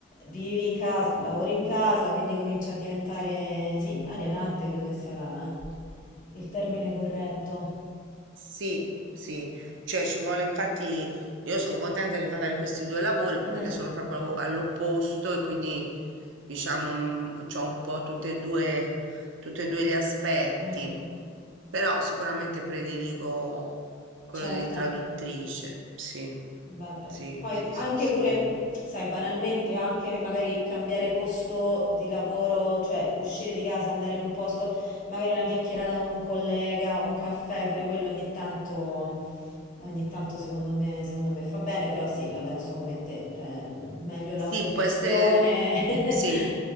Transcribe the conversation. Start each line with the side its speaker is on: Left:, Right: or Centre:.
Left: vivi in casa, lavori in casa, quindi comincia a diventare, sì, alienante credo che sia la- il termine corretto.
Right: Sì, sì, cioè ci vuole infatti io sono contenta di fare questi due lavori
Left: Mm,
Right: perché sono proprio allo- all'opposto e quindi diciamo ho un po' tutte e due, tutti e due gli aspetti,
Left: mm,
Right: però sicuramente prediligo quello
Left: certo.
Right: di traduttrice, sì,
Left: Beh, beh,
Right: sì,
Left: Poi
Right: sì,
Left: anche
Right: sì, sì.
Left: pure, sai, banalmente, anche magari cambiare posto di lavoro, cioè uscire di casa, andare in un posto, magari una chiacchierata con un collega, un caffè, pure quello ogni tanto, ogni tanto secondo me, secondo me fa bene, però sì, la penso come te, cioè, meglio l'autogestione.
Right: Sì, può essere,
Left: <laughs>
Right: sì,